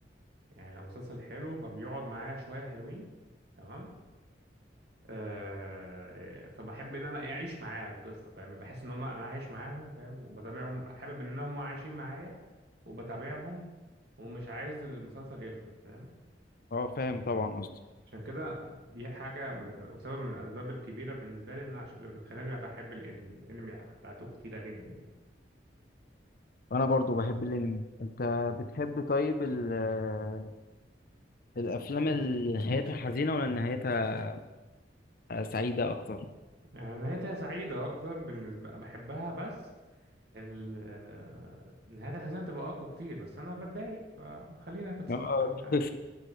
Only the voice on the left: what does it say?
اه فاهم طبعا قصدي
انا برضو بحب الانمي انت بتحب طيب ال آه، الافلام اللي نهايتها حزينة ولا نهايتها آه، سعيدة اكتر
اه
<laughs>